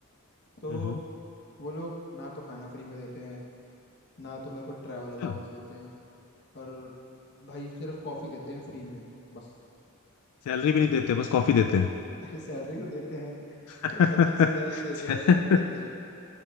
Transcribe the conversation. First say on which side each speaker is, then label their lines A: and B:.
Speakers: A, on the left; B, on the left.
A: तो
B: हम्म
A: वो लोग ना तो खाना फ्री में देते हैं ना तो मेरे को ट्रैवल
B: अच्छा
A: अलाउंस देते हैं और भाई सिर्फ कॉफी देते हैं फ्री में बस
B: सैलरी भी नहीं देते बस कॉफी देते हैं
A: अरे सैलरी तो देते हैं
B: <laughs>
A: <laughs> पच्चीस हजार ही देते हैं ज्यादा नहीं देते हैं